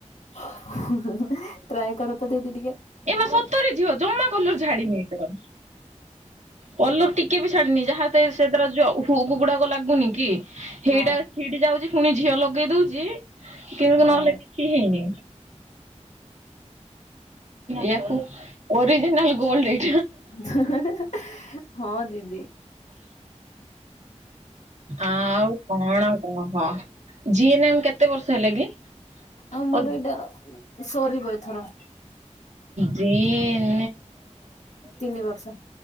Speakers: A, on the left (about 70°); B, on the right (about 70°).
A: <unintelligible> ଟ୍ରାଏ କର ତ ଦିଦି ଟିକେ।
B: ଏମା ସତର ଝିଅ ଜମା କଲର ଛାଡିନା ଏଇଟା ର। କଲର ଟିକେ ବି ଛାଡିନି ଯାହା ସେ ସେଇଥିରେ ଯୋଉ ହୁଗ୍ ଗୁଡାକ ଲାଗୁନି କି ସେଇଟା
A: ହଁ
B: ଛିଡି ଯାଉଚି ପୁଣି ଝିଅ ଲଗେଇ ଦଉଚି କିନ୍ତୁ
A: ହଁ।
B: ନହେଲେ କିଛି ହେଇନି। ଏଆକୁ ଓରିଜିନାଲ ଗୋଲଡ୍ ଇଏ।
A: <unintelligible> ହଁ ଦିଦି।
B: ଆଉ କଣ କହ? ଝିଅ ଏନୁ କେତେ ବର୍ଷ ହେଲା କି?
A: ଆଉ ମୋର
B: ଓ
A: ଏଇଟା ସରିବ ଏଥର।
B: ଜିଏ ମ୍
A: ତିନି ବର୍ଷ